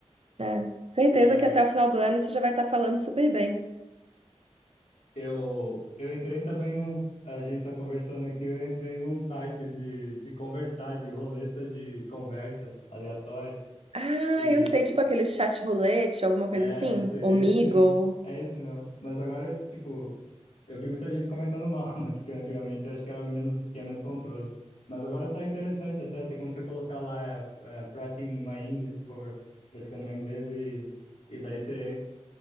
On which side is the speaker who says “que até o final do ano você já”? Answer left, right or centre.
Right